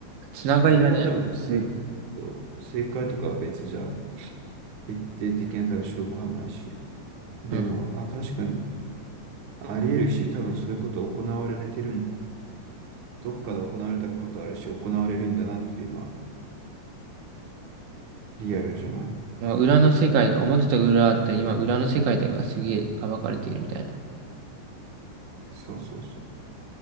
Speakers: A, on the right (about 80°); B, on the right (about 65°).
A: つながりがね、
B: それが多分正、
A: うん。
B: 正解とかは別じゃん。決定的な多分証拠はないし。でも、
A: うん
B: あ、確かにあり得るし、多分そういうこと行われてるん、どっかで行われたことあるし、行われるんだなっていうのはリアルじゃない。
A: まあ、裏の世界が、表と裏あったり、今裏の世界とかがすげえ暴かれているみたいな。
B: そうそうそう。